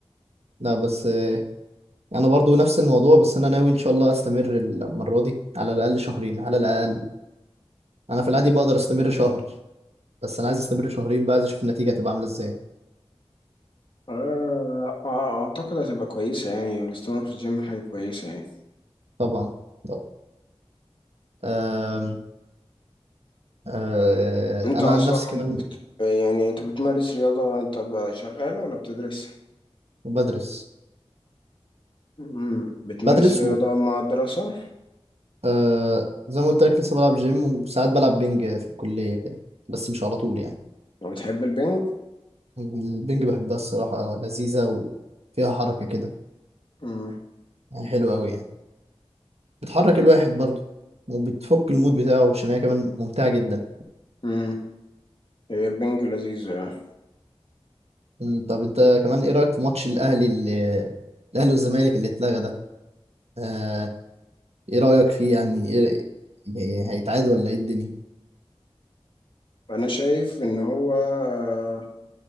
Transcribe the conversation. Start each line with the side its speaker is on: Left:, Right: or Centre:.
Right: لا بس آه، انا برضو نفس الموضوع بس انا ناوي ان شاء الله استمر المرة دي على الاقل شهرين على الاقل انا في العادي بقدر استمر شهر بس انا عايز استمر شهرين بقى عايز اشوف النتيجة تبقى عاملة ازاي
Left: آه آه، اعتقد هتبقى كويسة يعني والاستمرار في الجيم حاجة كويسة يعني
Right: طبعا طبعا أم... أه...
Left: انت
Right: انا
Left: اصلا
Right: عن نفسي كمان
Left: بت... يعني انت بتمارس رياضة انت بقى شغال ولا بتدرس
Right: بدرس
Left: مم. بتمارس
Right: بدرس
Left: رياضة
Right: و
Left: مع الدراسة
Right: آه زي ما قلت لك لسه بلعب جيم وساعات بلعب بينج في الكلية كده بس مش على طول يعني
Left: وبتحب البنج
Right: البينج بحبها الصراحة أوي، لذيذة وفيها حركة كده
Left: مم.
Right: يعني حلوة أوي يعني بتحرك الواحد برضه وبتفك المود بتاعه عشان هي كمان ممتعة جدا
Left: مم. هي البنج لذيذ يعني.
Right: مم، طب أنت كمان إيه رأيك في ماتش الأهلي اللي الأهلي والزمالك اللي اتلغى ده؟ آه إيه رأيك فيه يعني إيه... يعني هيتعاد ولا إيه الدنيا؟
Left: انا شايف ان هو آه،